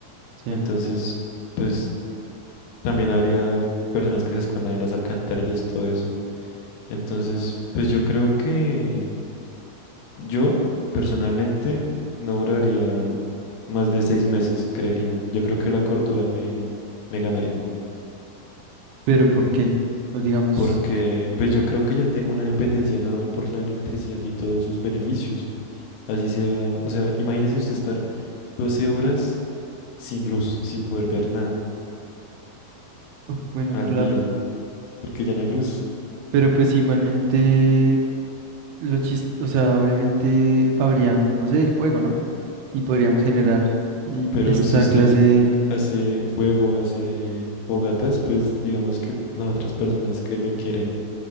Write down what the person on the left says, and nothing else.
Entonces, pues... También habría personas que se escondan en las alcantarillas, todo eso. Entonces, pues yo creo que yo personalmente no duraría más de seis meses, creería. Yo creo que la cordura me, me ganaría.
Porque pues yo creo que ya tengo una dependencia enorme por la electricidad y todos sus beneficios. Así sea, o sea, imagínese usted estar 12 horas sin luz, sin poder ver nada
al
día, porque ya no hay luz.
Pero
si usted
hace fuego, hace fogatas pues digamos que las otras personas que lo quieren,